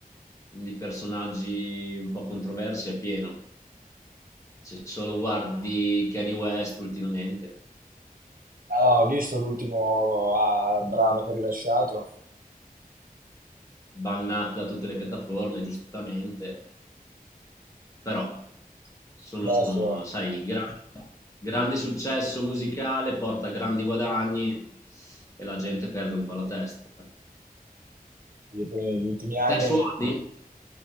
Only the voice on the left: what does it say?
di personaggi un po' controversi è pieno. Se solo guardi Kanye West ultimamente.
bannati da tutte le piattaforme, giustamente, però sono,
sai, gra- grande successo musicale porta grandi guadagni e la gente perde un po' la testa.
Te suoni?